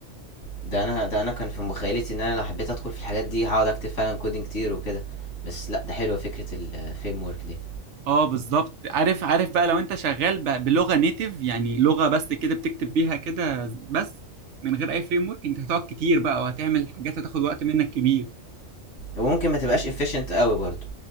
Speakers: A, on the left; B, on the right.
A: ده انا ده انا كان في مخيلتي ان انا لو حبيت ادخل في الحاجات دي هقعد اكتب فعلا كودينج كتير وكده بس لا ده حلوه فكره الفريم ورك دي
B: اه بالظبط عارف عارف بقى لو انت شغال ب- بلغة نيتيف يعني لغة بس كده بتكتب بيها كده بس من غير اي فريم ورك انت هتقعد كتير بقى وهتعمل حاجات هتاخد وقت منك كبير
A: هو ممكن ما تبقاش efficient قوي برضو